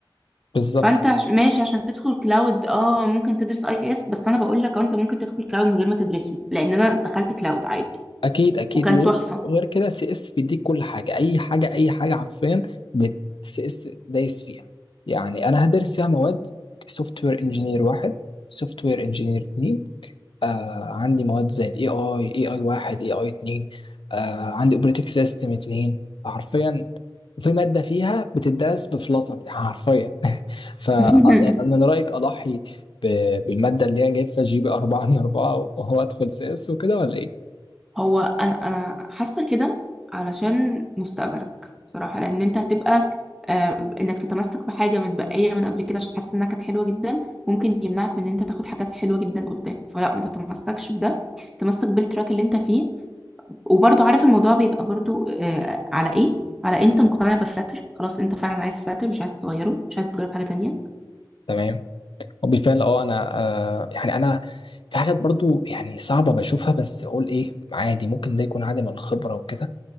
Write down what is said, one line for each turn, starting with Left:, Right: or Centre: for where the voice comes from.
Left: بالظبط
Centre: فانت عش- ماشي عشان تدخل كلاود اه ممكن تدرس اي اس بس انا بقول لك انت ممكن تدخل كلاود من غير ما تدرسه لان انا دخلت كلاود عادي
Left: اكيد اكيد
Centre: وكان
Left: وغير
Centre: تحفه
Left: وغير كده سي اس بيديك كل حاجه اي حاجه اي حاجه حرفيا سي اس دايس فيها يعني انا هدرس فيها مواد سوفت وير انجينير واحد سوفت وير انجينير اتنين، آه عندي مواد زي الاي اي اي اي واحد اي اي اتنين آه عندي اوبريتنج سيستم اتنين فحرفيا وفي مادة فيها بتدرس بفلاتر يعني حرفيا <laughs> فمن
Centre: <laughs>
Left: رأيك أضحي ب- بالمادة اللي أنا جايب فيها جي بي أربعة من أربعة وهو أدخل سي إس وكده ولا إيه؟
Centre: هو انا انا حاسه كده علشان مستقبلك بصراحه لان انت هتبقى آه انك تتمسك بحاجه متبقيه من قبل كده عشان حاسس انها كانت حلوه جدا ممكن يمنعك من ان انت تاخد حاجات حلوه جدا قدام فلا ما تتمسكش بده تمسك بالتراك اللي انت فيه وبرضو عارف الموضوع بيبقى برضو آه على ايه على انت مقتنع بفلاتر خلاص انت فعلا عايز فلاتر مش عايز تغيره مش عايز تجرب حاجه تانية
Left: تمام وبالفعل أه أنا آه يعني أنا في حاجات برضو يعني صعبة بشوفها بس أقول إيه عادي ممكن ده يكون عادي من الخبرة وكده